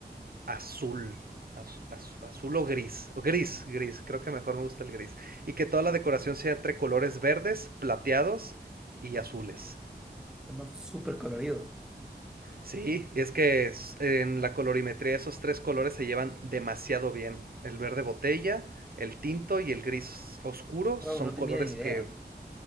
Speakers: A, on the right (about 60°); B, in the centre.
A: azul. azu- azu- Azul o gris, o gris, gris, creo que mejor me gusta el gris. Y que toda la decoración sea entre colores verdes, plateados y azules.
B: No, súper colorido.
A: Sí, es que es- en la colorimetría esos tres colores se llevan demasiado bien. El verde botella, el tinto y el gris oscuro son
B: Wow, no
A: colores
B: tenía ni idea.
A: que